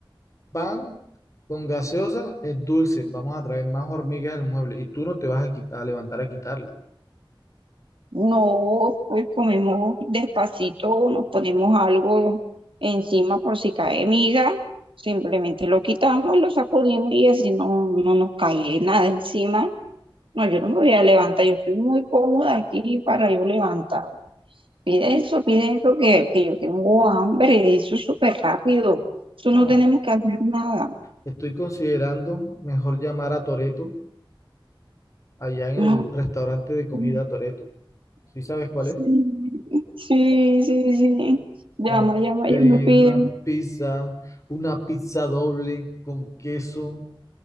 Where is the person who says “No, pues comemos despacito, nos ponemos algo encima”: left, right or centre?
Right